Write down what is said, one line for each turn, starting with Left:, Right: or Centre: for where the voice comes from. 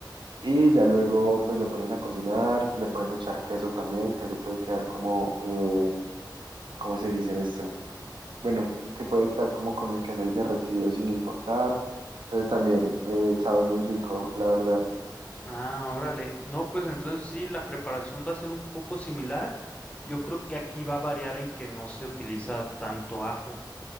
Right: Y ya luego pues lo ponen a cocinar, le pueden echar queso también, que eso puede quedar como, eh, ¿cómo se dice esto? Bueno, que puede quedar como con el queso ahí derretido sin importar. Entonces también eh, sabe muy rico, la verdad.
Left: Ah, órale. No, pues entonces sí, la preparación va a ser un poco similar. Yo creo que aquí va a variar en que no se utiliza tanto ajo.